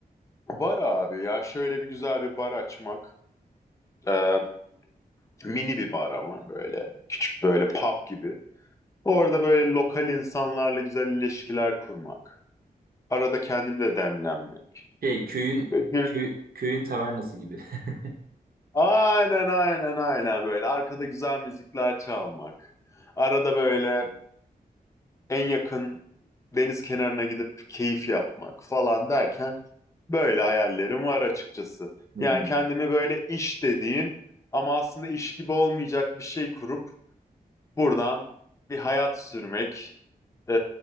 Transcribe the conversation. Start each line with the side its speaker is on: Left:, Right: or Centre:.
Left: Bar abi ya şöyle bir güzel bir bar açmak. Ee, Mini bir bar ama böyle. Küçük böyle pub gibi. Orada böyle lokal insanlarla güzel ilişkiler kurmak. Arada kendim de demlenmek.
Right: Şey köyün
Left: Böyle
Right: kö- köyün tavernası gibi. <laughs>
Left: aynen aynen aynen böyle. Arkada güzel müzikler çalmak. Arada böyle en yakın deniz kenarına gidip keyif yapmak falan derken böyle hayallerim var açıkçası.
Right: Hmm.
Left: Yani kendimi böyle iş dediğin ama aslında iş gibi olmayacak bir şey kurup buradan bir hayat sürmek e,